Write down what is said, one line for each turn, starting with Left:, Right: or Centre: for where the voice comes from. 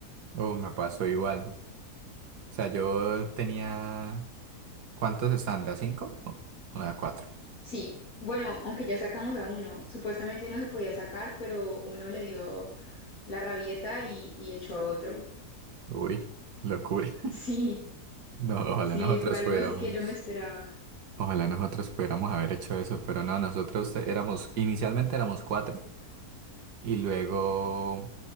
Right: Oh, me pasó igual. O sea, yo tenía... ¿Cuántos están? ¿De a cinco? ¿O o de a cuatro?
Left: Sí, bueno, aunque ya sacamos a uno, supuestamente no se podía sacar, pero uno le dio la rabieta y, y echó a otro. <laughs>
Right: Uy, locura. <laughs>
Left: Sí,
Right: No, ojalá
Left: sí,
Right: nosotros
Left: fue algo
Right: fuéramos.
Left: así que no me esperaba.
Right: Ojalá nosotros pudiéramos haber hecho eso, pero no, nosotros te- éramos, inicialmente éramos cuatro. Y luego,